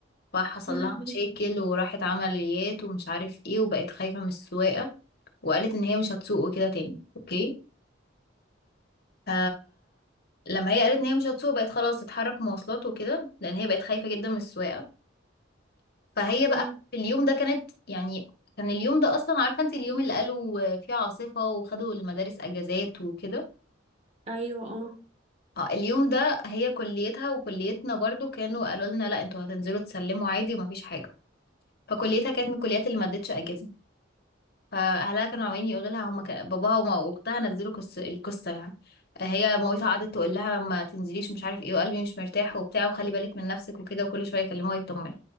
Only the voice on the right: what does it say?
يا لهوي
ايوه
ايوه اه